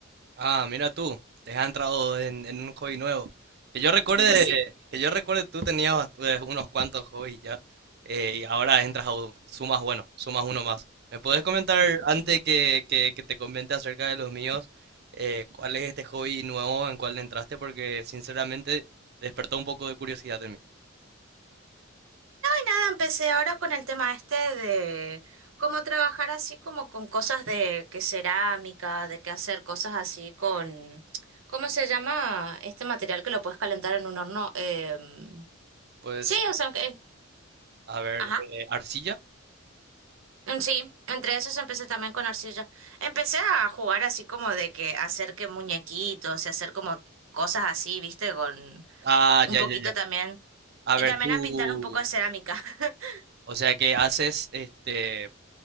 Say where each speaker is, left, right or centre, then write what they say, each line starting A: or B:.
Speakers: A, on the right; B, on the right.
A: Ah, mira tú, te has entrado en, en un hobby nuevo. Que yo recuerde,
B: <laughs> Sí.
A: que yo recuerde tú tenías bast- eh, unos cuantos hobbies ya, eh, y ahora entras a u- sumas, bueno, sumas uno más. ¿Me puedes comentar antes que, que- que te comente acerca de los míos, eh, cuál es este hobby nuevo en cuál entraste? Porque sinceramente despertó un poco de curiosidad en mí.
B: Nada, empecé ahora con el tema este de cómo trabajar así como con cosas de que cerámica, de que hacer cosas así con, ¿cómo se llama? Este material que lo puedes calentar en un horno. em,
A: Pues,
B: sí, o sea, eh,
A: a ver,
B: ajá.
A: eh, arcilla.
B: mm, Sí, entre esos empecé también con arcilla. Empecé a jugar así como de que hacer que muñequitos y hacer como cosas así, ¿viste? Con
A: Ah,
B: un
A: ya,
B: poquito
A: ya, ya.
B: también.
A: A
B: Y
A: ver,
B: también
A: tú.
B: a pintar un poco de cerámica. <laughs>
A: O sea que haces este,